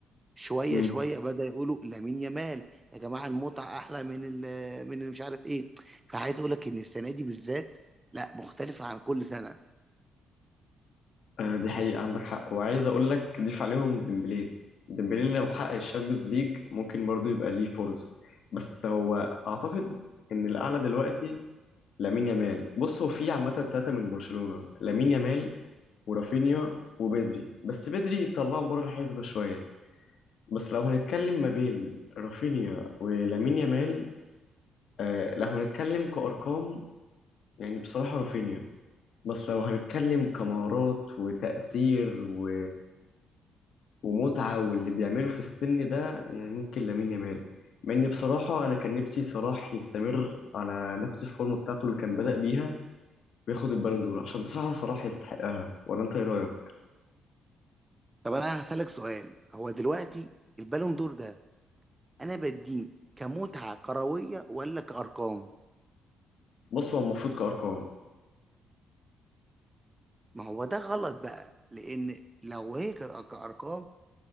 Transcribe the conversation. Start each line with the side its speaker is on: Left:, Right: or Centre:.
Right: شويه
Left: مم.
Right: شويه بدأ يقولوا لامين يامال يا جماعه المتعه احلى من ال- من اللي مش عارف ايه فعايز اقول لك ان السنه دي بالذات لا مختلفه عن كل سنه
Left: آه دي حقيقة عندك حق وعايز أقول لك ضيف عليهم ديمبلي ديمبلي لو حقق الشامبيونز ليج ممكن برضه يبقى ليه فرص بس هو أعتقد إن الأعلى دلوقتي لامين يامال بص هو في عامة ثلاثة من برشلونة لامين يامال ورافينيا وبدري بس بدري طلعه بره الحسبة شوية بس لو هنتكلم ما بين رافينيا ولامين يامال آه لو هنتكلم كأرقام يعني بصراحة رافينيا بس لو هنتكلم كمهارات وتأثير و... ومتعة واللي بيعمله في السن ده يعني ممكن لامين يامال مع إني بصراحة أنا كان نفسي صلاح يستمر على نفس الفورم بتاعته اللي كان بدأ بيها وياخد البالون دور عشان بصراحة صلاح يستحقها ولا أنت إيه رأيك؟
Right: طب انا هسألك سؤال هو دلوقتي البالون دور ده انا بديه كمتعه كرويه ولا كارقام
Left: بص هو المفروض كأرقام
Right: ما هو ده غلط بقى لان لو هي كانت كارقام